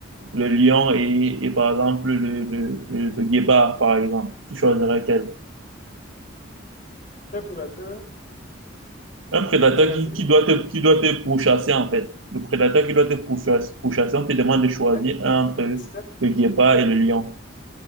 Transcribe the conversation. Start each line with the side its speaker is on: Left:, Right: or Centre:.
Right: le lion et, et par exemple, le, le, le, le guépard, par exemple, tu choisirais quel?
Left: Préparateur,
Right: Un prédateur
Left: je choisis
Right: qui, qui doit te, qui doit te pourchasser, en fait. Le prédateur qui doit te pourchasser, pourchasser, on te demande de choisir
Left: 4,
Right: un entre le
Left: 7,
Right: guépard
Left: lions,
Right: et le lion.